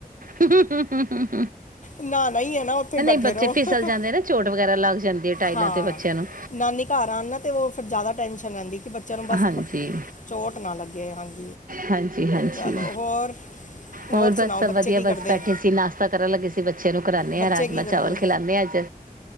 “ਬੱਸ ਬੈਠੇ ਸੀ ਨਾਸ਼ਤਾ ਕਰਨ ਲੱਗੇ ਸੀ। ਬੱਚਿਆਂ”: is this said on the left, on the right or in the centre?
Right